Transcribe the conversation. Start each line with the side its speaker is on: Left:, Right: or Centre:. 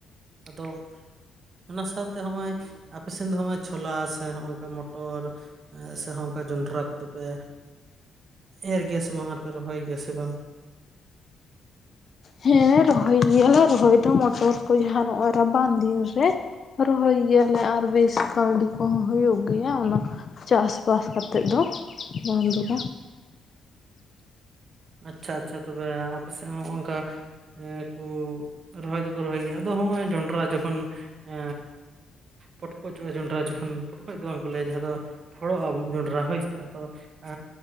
Right: ᱟᱫᱚ ᱚᱣᱟ ᱥᱟᱣᱛᱮ ᱦᱚᱜ-ᱚᱭ ᱟᱯᱮ ᱥᱮᱱ ᱫᱚ ᱦᱚᱜ-ᱚᱭ ᱪᱷᱳᱞᱟ ᱥᱮ ᱱᱚᱭ ᱱᱚᱝᱠᱟ ᱢᱚᱴᱚᱨ ᱮᱻ ᱥᱮ ᱦᱚᱸ ᱚᱜᱠᱟ ᱡᱚᱸᱰᱨᱟ ᱠᱚᱫᱚ ᱯᱮ ᱮᱨ ᱜᱮᱭᱟ ᱥᱮ ᱵᱟᱝ ᱟᱨᱯᱮ ᱨᱚᱦᱚᱭ ᱜᱮᱭᱟ ᱥᱮ ᱵᱟᱝ?
Left: ᱦᱮᱸ ᱨᱚᱦᱚᱭ ᱜᱮᱭᱟᱞᱮ ᱨᱚᱦᱚᱭ ᱫᱚ ᱢᱚᱴᱚᱨ ᱠᱚ ᱡᱟᱦᱟᱸ ᱱᱚᱜᱼᱚᱭ ᱨᱟᱵᱟᱝ ᱫᱤᱱ ᱨᱮ ᱦᱚᱨᱚᱭ ᱜᱮᱭᱟᱞᱮ ᱟᱨ ᱵᱮᱥ ᱠᱟᱹᱣᱰᱤ ᱠᱚᱦᱚᱸ ᱦᱩᱭᱩᱜ ᱜᱮᱭᱟ ᱚᱱᱟ ᱪᱟᱥᱵᱟᱥ ᱠᱟᱛᱮᱫ ᱫᱚ ᱵᱚᱝ ᱫᱚ ᱵᱟᱝ᱾
Right: ᱟᱪᱪᱷᱟ ᱟᱪᱪᱷᱟ ᱛᱚᱵᱮ ᱟᱯᱮᱥᱮᱫ ᱦᱚᱸ ᱦᱚᱜᱼᱚᱝᱠᱟ ᱠᱩ ᱨᱚᱦᱚᱭ ᱫᱚᱠᱚ ᱨᱚᱦᱚᱭ ᱜᱮᱭᱟ ᱟᱫᱚ ᱦᱚᱸᱜᱼᱚᱭ ᱡᱚᱱᱰᱨᱟ ᱡᱚᱠᱷᱚᱱ ᱮ ᱯᱚᱴᱠᱚᱡᱚᱜᱼᱟ ᱡᱚᱸᱰᱨᱟ ᱡᱚᱠᱷᱚᱱ ᱯᱚᱴᱠᱚᱡ ᱫᱚ ᱵᱟᱝ ᱠᱚ ᱞᱟᱹᱭᱟ ᱡᱟᱦᱟᱸ ᱫᱚ ᱯᱷᱚᱲᱚᱜᱼᱟ ᱡᱚᱸᱰᱨᱟ ᱦᱳᱭᱥᱮ ᱟᱫᱚ ᱟᱻ